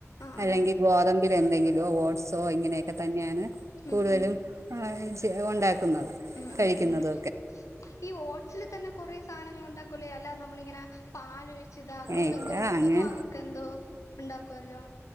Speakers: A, on the left; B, on the right.
A: ആഹ്
B: അല്ലെങ്കി
A: ആഹ്
B: ഗോതമ്പില് എന്തെങ്കിലോ ഓട്സോ ഇങ്ങനെയൊക്കെ തന്നെയാണ്
A: ഉം
B: കൂടുതലും
A: ഉം
B: ങ് ചെ ഉണ്ട ക്കുന്നത്
A: ഉം
B: കഴിക്കുന്നത്
A: ഉം ഉം ഈ ഓട്സില് തന്നെ കൊറെ സാനങ്ങൾ ഒണ്ടാക്കു അല്ല നമ്മളിങ്ങനെ പാല് ഒഴിച്ച ഇതാക്കും.
B: ഇക്ക
A: എന്തോ ഉപ്പുംമാവക്ക
B: അങ്ങനെ
A: എന്തോ ഉണ്ടാക്കുവല്ലോ?